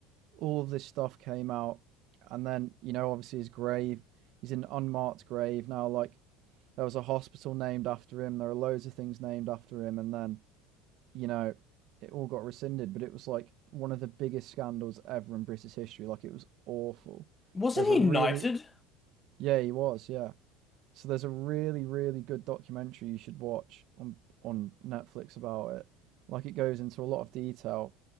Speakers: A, on the right; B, on the left.
A: all of this stuff came out, and then you know obviously his grave. He's in an unmarked grave now. Like There was a hospital named after him. There are loads of things named after him. And then, you know, it all got rescinded, but it was like one of the biggest scandals ever in British history. Like it was awful.
B: Wasn't
A: There's
B: he
A: a really,
B: knighted?
A: yeah, he was, yeah. So there's a really, really good documentary you should watch on on Netflix about it. Like it goes into a lot of detail,